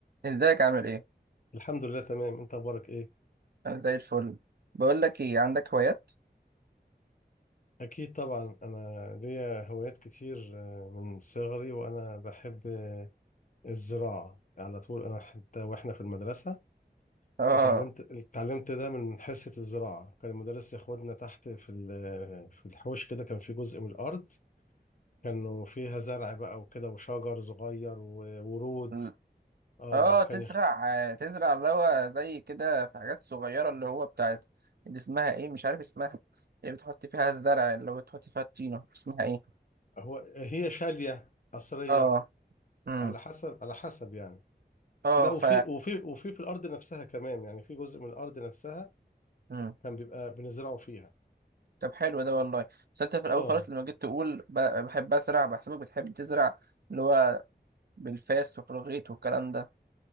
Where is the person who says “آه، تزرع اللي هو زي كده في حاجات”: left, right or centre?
Right